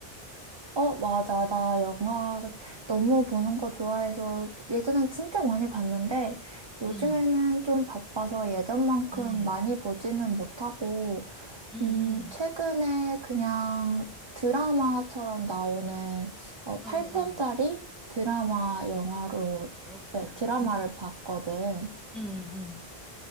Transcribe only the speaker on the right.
어, 맞아. 나 영화 너무 보는 거 좋아해서 예전엔 진짜 많이 봤는데 요즘에는
좀 바빠서 예전만큼
많이 보지는 못하고
음,
최근에 그냥 드라마처럼 나오는 어,
8편짜리
드라마 영화로,
네, 드라마를
봤거든.